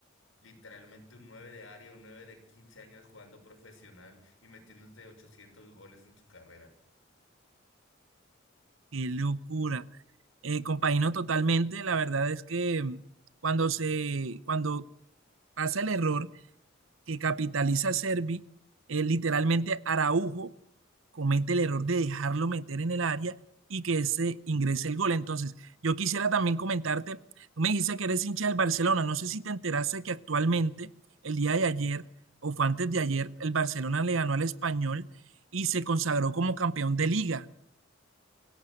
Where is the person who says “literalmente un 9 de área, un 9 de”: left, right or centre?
Left